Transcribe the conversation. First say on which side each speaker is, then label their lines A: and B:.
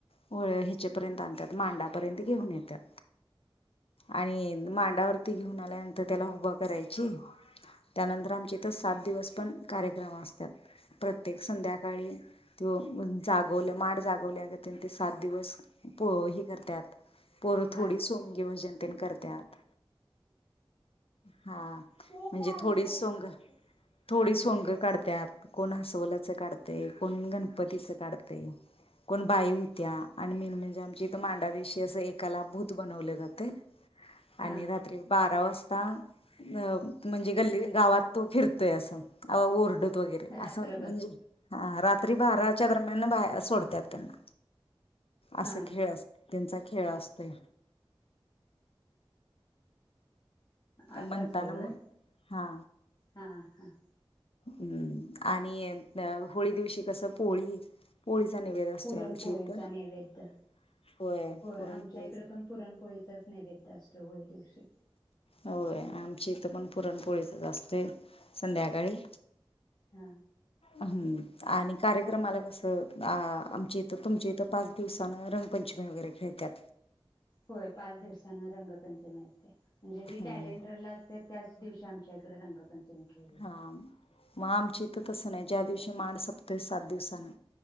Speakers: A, on the left (about 75°); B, on the left (about 45°).
A: वळ हिचेपर्यंत आणतात मांडापर्यंत घेऊन येतात. आणि मांडावरती घेऊन आल्यानंतर त्याला उभा करायची त्यानंतर आमच्या इथं सात दिवस पण कार्यक्रम असतात, प्रत्येक संध्याकाळी त जागवले माड जागवल्या ते सात दिवस पोही करतात. पोर थोडी
B: आरती
A: सोमगी भजनते करतात हा म्हणजे
B: मी काम
A: थोडीच
B: करते
A: सोंग
B: ते.
A: थोडी सोंग काढतत कोण असवलाचं काढते, कोण गणपतीचं काढते. कोण बाई होत्या आणि मेन म्हणजे आमच्या इथ मांडा दिवशी असं एक एकाला भूत बनवले जाते, आणि
B: हा
A: रात्री बारा वाजता अ म्हणजे गल्ली गावात तो फिरतोय असं ओरड. वगैरे
B: रात्रभर
A: असं म्हणजे हा रात्री बाराच्या दरम्यान बाहेर सोडतात त्यांना.
B: हा
A: असं खेळ
B: <inaudible>
A: असत त्यांचा खेळ असतोय
B: असं
A: म्हनताना
B: असते होय
A: म <inaudible> हा.
B: हा हा.
A: हम्म, आणि होळी दिवशी कसं पोळी पोळीचा निवेद असतोय
B: पुरणपोळीचा
A: आमची इथं.
B: नैवेद्य
A: <inaudible> होय पुरण
B: आमच्या
A: पोळीचा.
B: इकडे पण पुरणपोळीचाच नैवेद्य असतो होळी दिवशी.
A: होय. आमची इथं पण पुरणपोळीच असतय संध्याकाळी.
B: हा.
A: हम्म आणि कार्यक्रमाला कसं? आमची इथ तुमची इथ पाच दिवसान रंगपंचमी वगैरे खेळतात.
B: होय पाच दिवस रंगपंचमी असते. म्हणजे जे
A: हां
B: कॅलेंडर ला असत्यात त्याच दिवशी आमच्या इकडे रंग पंचमी खेळतात.
A: हा. मग आमची इथ तसं नाही, ज्या दिवशी मांड संपतोय सात दिवसान